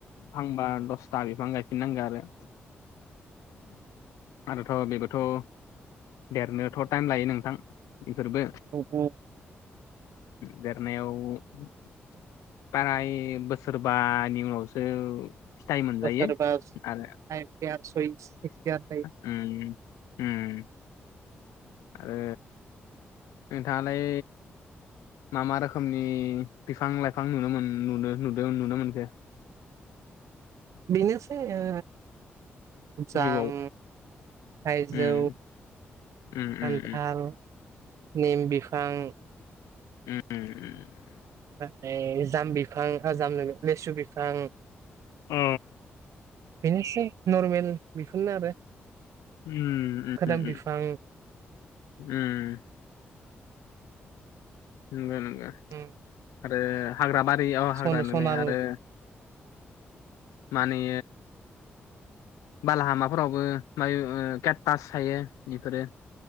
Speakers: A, on the left; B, on the right.
A: फांबा दसथा बिफां गायफिननांगो आरो आरोथ' बेबोथ'। देरनोथ' टाइम लायो नोंथां इफोरबो।
B: अ' अ'।
A: देरनायाव प्राय बाराय बोसोर सोरबानि उनावसो फिथाइ मोनजायो
B: बोसोरबा
A: आरो।
B: <unintelligible>
A: ओम ओम। आरो नोंथाङालाय मा मा रोखोमनि बिफां लाइफां नुनो नदों नुनो मोनखो?
B: बेनोसै ओ जाम,
A: जिउआव
B: थाइजौ।
A: उम उम
B: खान्थाल,
A: उम
B: निम बिफां।
A: ओम।
B: ओमफ्राय जाम बिफां, ओ जामनो लेसु बिफां।
A: अ
B: बेनोसै नरमेल बेफोरनो आरो।
A: ओम
B: खोदोम
A: ओम
B: बिफां
A: ओम। नोंगौ नोंगौ
B: उम
A: आरो हाग्रा बारि औ हाग्रा
B: सन
A: नोलो
B: सनाल
A: आरो। माने। बालाहामाफोरावबो मायो केकतास थायो बेफोरो।